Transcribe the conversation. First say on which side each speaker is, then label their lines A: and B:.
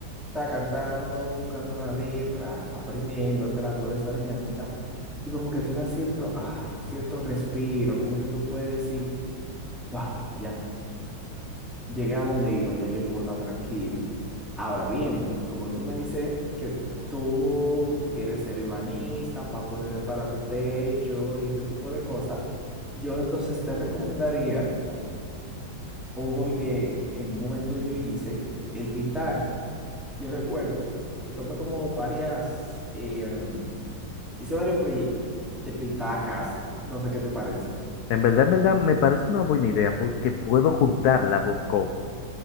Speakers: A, in the centre; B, on the left.
A: está cantando, buscando la letra, aprendiéndotela, toda esa dinámica, y como que te da cierto, ah, cierto respiro, como que tú puedes decir, wow, ya, llegué a donde iba, ya yo puedo estar tranquilo. Ahora bien, como tú me dices que tú quieres ser ebanista para poder reparar tu techo y ese tipo de cosas, yo entonces te recomendaría un hobby que en un momento yo hice, el pintar. Yo recuerdo que tomé como varias, em, hice varios proyectos de pintar casa, no sé qué te parece.
B: En verdad, en verdad, me parece una buena idea porque puedo juntar las dos cosas.